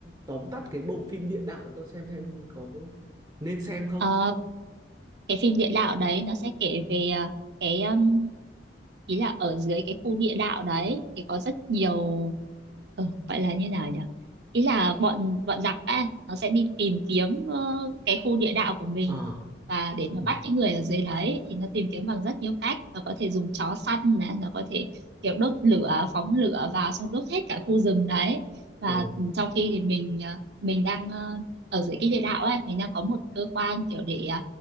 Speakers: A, on the right; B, on the right.
A: tóm tắt cái bộ phim địa đạo tôi xem xem có nên xem không
B: Ờ, cái phim địa đạo đấy nó sẽ kể về ờ, cái um, ý là ở dưới cái khu địa đạo đấy thì có rất nhiều ừ, gọi là như nào nhỉ ý là bọn bọn giặc ấy nó sẽ đi tìm kiếm ờ, cái khu địa đạo của mình
A: ờ
B: và để
A: ừ.
B: mà bắt những người ở dưới đấy thì nó tìm kiếm bằng rất nhiều cách nó có thể dùng chó săn này nó có thể kiểu đốt lửa phóng lửa vào xong đốt hết cả khu rừng đấy và
A: Ồ.
B: trong khi thì mình ờ, mình đang ờ, ở dưới cái địa đạo ấy mình đang có một cơ quan kiểu để ờ,